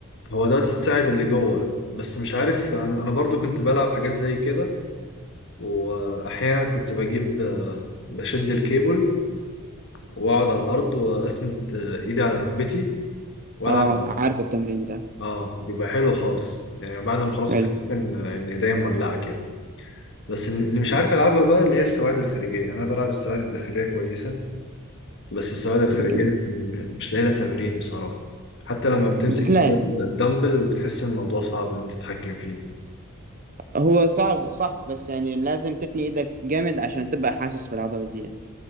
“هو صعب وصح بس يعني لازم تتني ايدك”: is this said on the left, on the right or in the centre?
Right